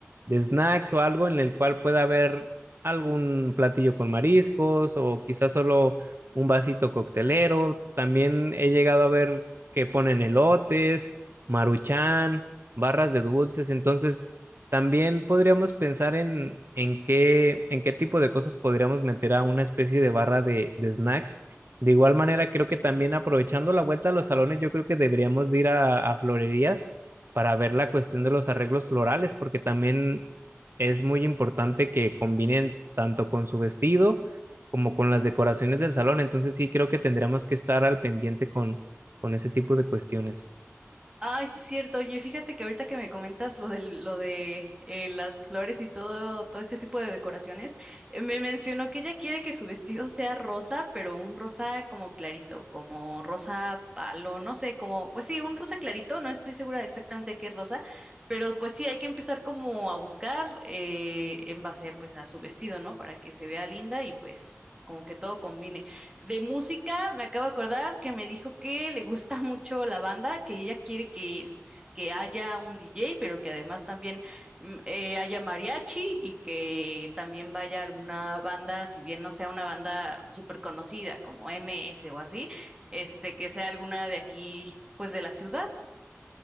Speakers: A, on the right; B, on the right.
A: de snacks o algo en el cual pueda haber algún platillo con mariscos o quizás solo un vasito coctelero. También he llegado a ver que ponen elotes, maruchan, barras de dulces. Entonces... También podríamos pensar en, en qué, en qué tipo de cosas podríamos meter a una especie de barra de, de snacks. De igual manera, creo que también aprovechando la vuelta a los salones, yo creo que deberíamos de ir a, a florerías para ver la cuestión de los arreglos florales, porque también es muy importante que combinen tanto con su vestido como con las decoraciones del salón. Entonces sí, creo que tendríamos que estar al pendiente con, con ese tipo de cuestiones.
B: Ay, sí es cierto. Oye, fíjate que ahorita que me comentas lo de lo de eh, las flores y todo, todo este tipo de decoraciones, eh, me mencionó que ella quiere que su vestido sea rosa, pero un rosa como clarito, como rosa palo, no sé, como, pues sí, un rosa clarito, no estoy segura de exactamente qué rosa, pero pues sí, hay que empezar como a buscar eh, en base pues a su vestido, ¿no? Para que se vea linda y pues como que todo combine. De música, me acabo de acordar que me dijo que le gusta <laughs> mucho la banda, que ella quiere que, s- que haya un DJ, pero que además también mm, eh, haya mariachi y que también vaya alguna banda, si bien no sea una banda súper conocida como MS o así, este, que sea alguna de aquí, pues de la ciudad.